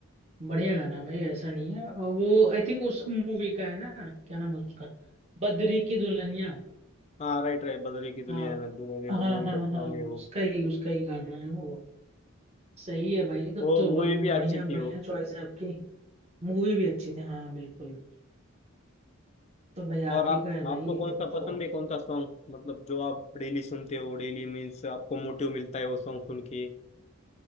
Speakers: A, on the right; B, on the left.
A: बढ़िया गाना है भाई ऐसा नहीं है और वो आई थिंक उस मूवी का है ना क्या नाम है उसका बद्री की दुल्हनिया
B: हाँ राइट राइट बदली की दुनिया
A: हाँ
B: है ना दुनिया
A: हाँ
B: को मूवी
A: हाँ
B: का सॉन्ग
A: हाँ उसका
B: है वो
A: ही उसका ही गाना है वो सही है भाई तब
B: वो
A: तो
B: मूवी
A: ब-
B: भी
A: बढ़िया
B: अच्छी
A: बढ़िया
B: थी वो
A: चॉइस है आपकी मूवी भी अच्छी थी हाँ बिल्कुल तो भाई
B: और
A: आप
B: आप
A: ही का है
B: आपको
A: भाई
B: कौन
A: तब
B: सा
A: तो
B: पसंद है कौन सा सॉन्ग मतलब जो आप डेली सुनते हो डेली मीन्स आपको मोटिव मिलता है वो सॉन्ग सुन के